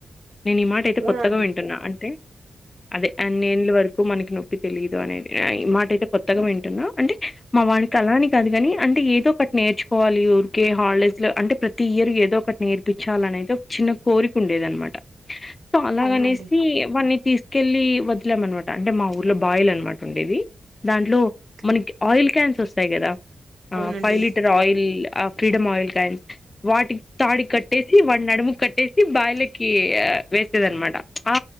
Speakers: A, on the left; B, on the right.
A: నేను ఈ మాట ఇటు
B: అవునండి
A: కొత్తగా వింటున్నా అంటే అదే అన్నిళ్ల వరకు మనకి నొప్పి తెలియదు అనేది ఈ మాటైతే కొత్తగా వింటున్నా అంటే మా వానికి అలాని కాదు కాని అంటే ఏదో ఒకటి నేర్చుకోవాలి ఊరికే హాలిడేస్ లో అంటే ప్రతి ఇయర్ ఏదో ఒకటి నేర్చ ర్పించాలనైతే ఒక చిన్న కోరిక ఉండేది అన్నమాట సో అలాగనేసి
B: అవునండి
A: వాన్ని తీ కెళ్ళి వదిలేంన్నమాట అంటే మా ఊర్లో బాయిల్ అన్నమాట ఉండేవి దాంట్లో
B: ఓకే
A: మనకి ఆయిల్ క్యాన్స్ ఆస్తాయి కదా ఆ
B: అవునండి
A: ఫై లీటర్ ఆయిల్ ఫ్రీడమ్ ఆయిల్ కైన్స్ వాటి తాడి కట్ కట్టేసి వాడి నడుముకు కట్టేసి బైలకి వేసేది అన్నమాట ఆ